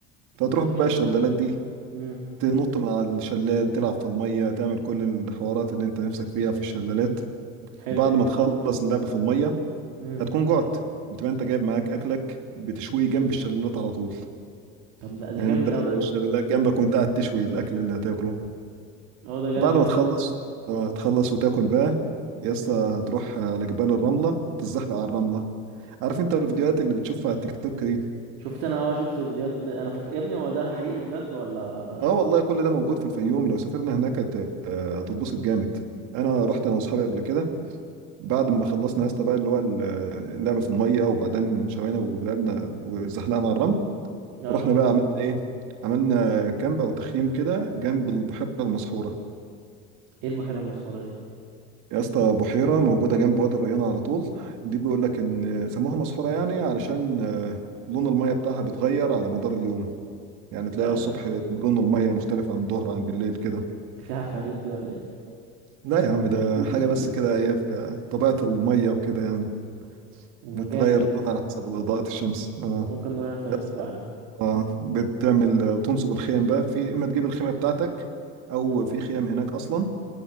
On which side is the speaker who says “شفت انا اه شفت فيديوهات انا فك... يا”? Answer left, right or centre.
Right